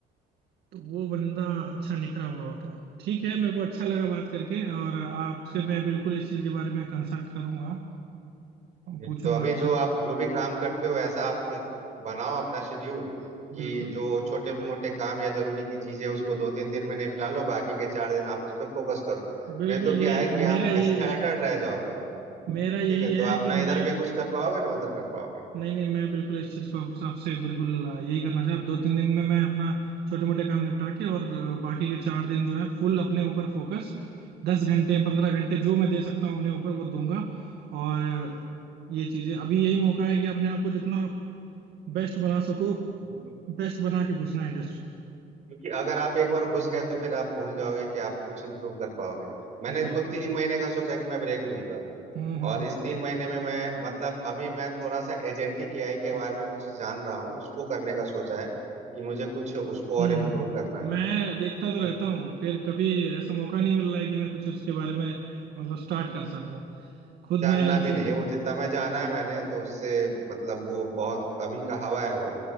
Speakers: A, on the right; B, on the right.
A: तो वो बंदा अच्छा निखरा हुआ होता है ठीक है मेरे को अच्छा लगा बात करके और आपसे मैं बिल्कुल इस चीज के बारे में कंसल्ट करूंगा
B: जी
A: पूछूंगा
B: तो अभी
A: आपसे
B: जो आप जो भी काम करते हो ऐसा आप क- बनाओ अपना शेड्यूल कि
A: बिल्कुल
B: जो छोटे मोटे काम या जरूरी की चीजें उसको दो तीन दिन में निपटा लो बाकी के चार दिन आप उस पर फोकस करो
A: बिल्कुल
B: नहीं तो
A: यही
B: क्या है कि
A: मेरा
B: आप
A: यही
B: स्कैटर्ड
A: है
B: रह जाओगे
A: मेरा
B: ठीक
A: यही
B: है तो
A: है
B: आप
A: कि
B: ना इधर
A: मैं
B: के कुछ कर पाओगे ना उधर कर पाओगे
A: नहीं नहीं मैं बिल्कुल इस चीज को आप- आपसे बिल्कुल अ, यही करना चाहूँ दो तीन दिन में मैं अपना छोटे मोटे काम निपटा के और अ, बाकी के चार दिन जो है फुल अपने ऊपर फोकस दस घंटे पंद्रह घंटे जो मैं दे सकता हूँ अपने ऊपर वो दूंगा और अ, ये चीजें अभी यही मौका है कि अपने आप को जितना बेस्ट बना सको
B: बिल्कुल
A: बेस्ट बना के घुसना इंडस्ट्री
B: क्योंकि अगर आप एक बार घुस गए तो फिर आप भूल जाओगे कि आप कुछ इम्प्रूव कर पाओगे मैंने
A: बिल्कुल
B: खुद तीन महीने का सोचा कि मैं ब्रेक लूंगा
A: हम्म हम्म
B: और
A: हम्म
B: इस तीन महीने में मैं मतलब अभी मैं थोड़ा सा एजेंटिक एआई के बारे में कुछ जान रहा हूँ उसको करने का सोचा है कि मुझे कुछ उसको और
A: हम्म,
B: इम्प्रूव
A: हम्म।
B: करना है
A: मैं देखता
B: ठीक
A: तो रहता हूँ फिर कभी ऐसा मौका नहीं मिल रहा है कि मैं कुछ उसके बारे में मतलब स्टार्ट कर सकूं खुद
B: है जानना
A: मैं इन
B: भी
A: चीज
B: नहीं है वो जितना मैं जाना है मैंने तो उससे मतलब वो बहुत अभी का हवा है वो